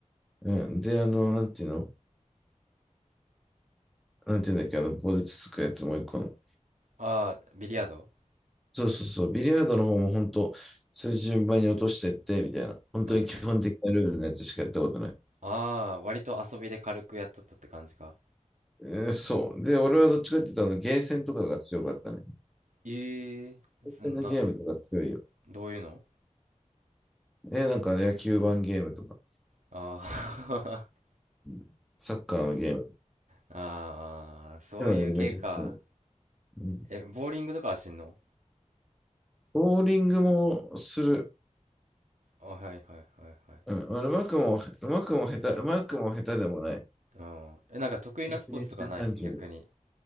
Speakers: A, in the centre; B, on the right.
A: うん。で、あの、なんていうのなんていうんだっけ、あの、棒でつつくやつもう一個の。
B: ああ、ビリヤード
A: そうそうそう、ビリヤードの方も本当、そういう順番に落としてって、みたいな。本当に基本的なルールのやつしかやったことない。
B: うんうん。ああ、割と遊びで軽くやっとったって感じか。
A: えーそう。で、俺はどっちかって言ったら、あのゲーセンとかが強かったね。
B: ええそんな、
A: ゲーセンのゲームとか強いよ。
B: どういうの
A: えーなんか野球盤ゲームとか、
B: ああ <laughs>
A: うんサッカーのゲーム。
B: ああ、そういう系か。
A: えー俺めっちゃ強い。うん
B: え、ボーリングとかはしんの
A: ボーリングもする。
B: あ、はいはいはいはい。
A: うん、あうまくも、うまくも下手、うまくも下手でもない。
B: うん。え、なんか得意なスポーツとかない逆に。
A: 120、30。